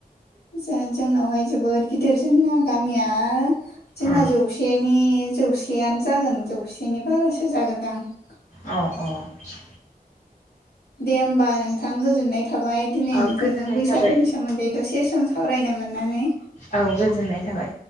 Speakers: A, on the left; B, on the left.
A: जों जोंनावहाय जोबोद गिदिर जोंना गामिया जोंना
B: अ
A: जौसेनि जौसेयानो जागोन जौसेनि बारासो जागोनदां ।
B: अ औ ।
A: दे होमबा नोंथां गोजोननाय थाबाय दिनै
B: अ
A: नोंथांजों
B: गोजोननाय
A: बैसागोनि
B: थाबाय
A: सो सोमोन्दै दसे सम सावरायनो मोननानै
B: औ गोजोननाय थाबाय